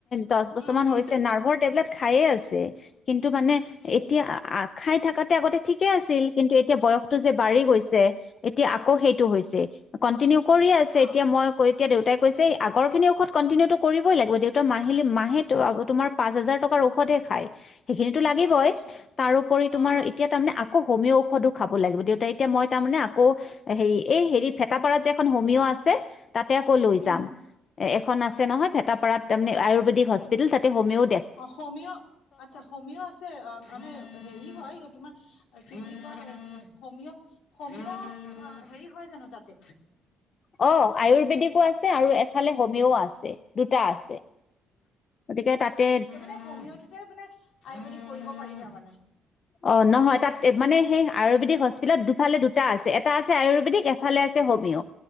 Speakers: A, on the left; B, on the left.
A: দশ বছৰ
B: উম
A: মান
B: উম
A: হৈছে। নাৰভৰ টেবলেট খাইয়ে আছে। কিন্তু মানে
B: উম
A: এতিয়া খাই থাক আগতে ঠিকেই আছিল কিন্তু এতিয়া বয়সতটো যে বাঢ়ি গৈছে, এতিয়া আকৌ সেইটো হৈছে। কণ্টিনিউ কৰি আছে।
B: অ
A: এতিয়া মই ক এতিয়া দেউতাই কৈছে, আগৰ খিনি ঔষধ কণ্টিনিউটো
B: উম
A: কৰিবই লাগিব। দেউতা মাহী- মাহে ত
B: অ
A: আক তোমাৰ পচ হাজাৰ টকাৰ ঔষধে খায়। খিনিতো লাগিবই।
B: আচ্ছা
A: তাৰোপৰি
B: অ
A: তোমাৰ
B: অ
A: এতিয়া তাৰমানে আকৌ হোমিঅ ঔষধো খাব লাগিব। দেউতা এতিয়া মই তাৰমানে আকৌ হেৰি এই হেৰি ফে তাপাৰাত যে এখন হোমিঅ আছে। তাতে আকৌ লৈ
B: উম
A: যাম। এখন আছে নহয় ভেতাপাৰাত তাৰমানে আয়ুৰ্বেদিক হস্পিটেল। তাতে হমি'অ
B: অ হমিঅ আচ্ছা হমিঅ আছে অ মানে হেৰি হয় তোমাৰ কি বুলি কয় হমিঅ আ হেৰি হয় জানো তাতে?
A: অ আয়ুৰ আয়ুৰ্বেদিক আছে আৰু এফালে হমিঅ আছে। দুটা আছে। গতিকে তাতে
B: সে হমিঅটোতে মানে আয়ুৰ্বেদিক কৰিব পাৰি তামানে।
A: অ নহয় তাত মানে সেই আ আয়ুৰ্বেদিক হস্পিতেলত দুফালে দুটা আছে। এটা আছে আয়ুৰ্বেদিক এফালে আছে হোমি'অ।